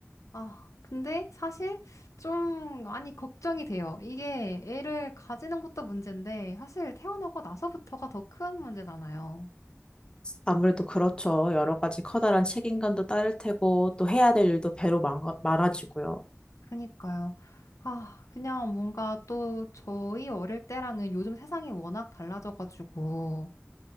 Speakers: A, on the left (about 85°); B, on the left (about 20°).
A: 아, 근데 사실 좀, 아니, 걱정이 돼요. 이게 애를 가지는 것도 문제인데, 사실 태어나고 나서부터가 더 큰 문제잖아요.
B: 아무래도 그렇죠. 여러 가지 커다란 책임감도 따를 테고, 또 해야 될 일도 배로 많, 많아지고요.
A: 그니까요. 아, 그냥 뭔가 또 저희 어릴 때랑은 요즘 세상이 워낙 달라져가지고,